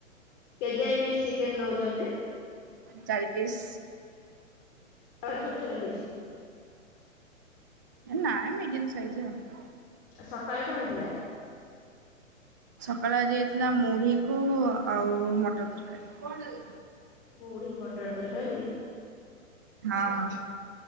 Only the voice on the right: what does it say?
ଚାରି ପିସ୍।
ନା ମିଡିିଲ ସାଇଜ ଆଉ।
ସକାଳେ ଆଜି ହେଇଥିଲା ମୁଢିକୁ ଆଉ ମଟର ତରକାରୀ।
ହଁ।